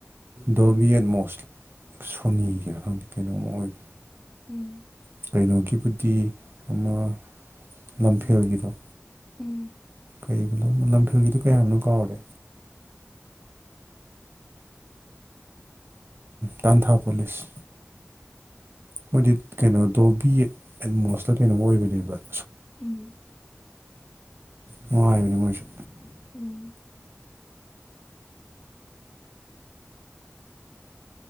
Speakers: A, on the right (about 55°); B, on the left (about 15°).
A: ꯗꯣꯕꯤꯌꯦꯟ ꯃꯣꯁ ꯁꯣꯅꯤꯒꯤꯔ ꯈꯪꯗꯦ ꯀꯩꯅꯣꯝ ꯑꯣꯏꯝ
B: ꯎꯝ
A: ꯀꯩꯅꯣꯒꯤꯕꯨꯗꯤ ꯑꯃ ꯂꯝꯐꯦꯜꯒꯤꯗꯣ
B: ꯎꯝ
A: <unintelligible> ꯂꯝꯐꯦꯜꯒꯤꯗꯨ ꯀꯌꯥꯅꯣ ꯀꯥꯎꯔꯦ ꯇꯥꯟꯊꯥ ꯄꯨꯂꯤꯁ ꯃꯣꯏꯗꯤ ꯀꯩꯅꯣ ꯗꯣꯜꯕꯤ ꯑꯦꯠꯃꯣꯁꯇꯔ ꯀꯩꯅꯣꯃ ꯑꯣꯏꯕꯅꯦꯕ
B: ꯎꯝ
A: ꯅꯨꯡꯉꯥꯏꯕꯅꯤ ꯃꯣꯏꯁꯨ
B: <inaudible> ꯎꯝ